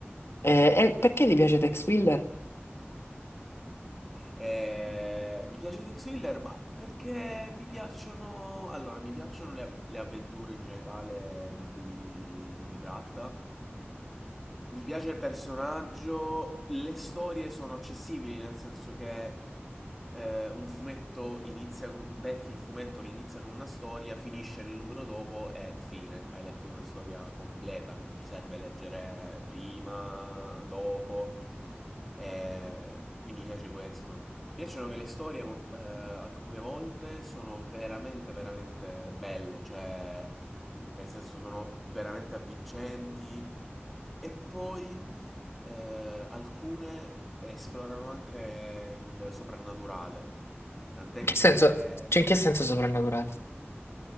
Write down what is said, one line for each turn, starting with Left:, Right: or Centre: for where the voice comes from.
Left: Eh, e perché ti piace Tex Willer?
Centre: Eh, mi piace Tex Willer, ma perché mi piacciono... Allora, mi piacciono le, le avventure in generale di cui, di cui tratta. Mi piace il personaggio, le storie sono accessibili, nel senso che eh, un fumetto inizia con... becchi il fumetto che inizia con una storia, finisce nel numero dopo e fine. Hai letto una storia completa, non ti serve leggere prima, dopo. E quindi mi piace questo. Mi piacciono che le storie mo- eh, alcune volte sono veramente, veramente belle, cioè nel senso sono veramente avvincenti e poi eh, alcune esplorano anche il soprannaturale, tant'è
Left: In che senso,
Centre: che...
Left: cioè, in che senso soprannaturale?